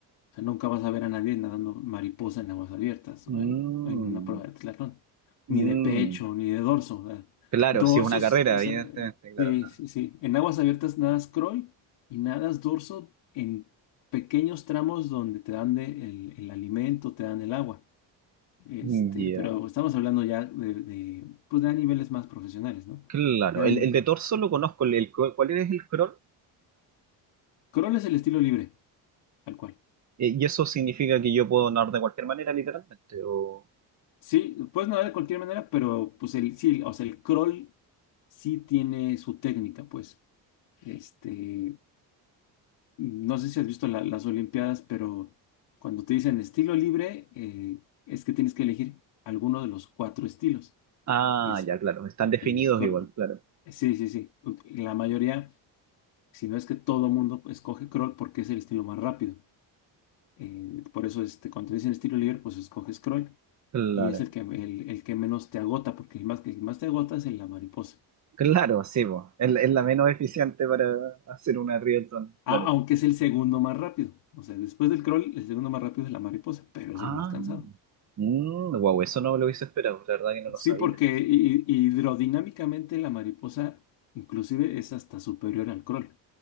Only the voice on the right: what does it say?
Mm,
mm,
claro,
si es una carrera,
evidentemente, claro,
claro.
Mm, Ya,
Claro,
el,
el de torso lo conozco, el, el- ¿cuál es el crawl?
Eh, y eso significa que yo puedo nadar de cualquier manera, literalmente, o...
Ah,
ya, claro, están definidos
igual, claro.
Claro.
Claro, sí,
po. Es, la es la menos eficiente para hacer una Rielton, claro.
Ah,
wow, eso no me lo hubiese esperado, la verdad que no lo
sabía.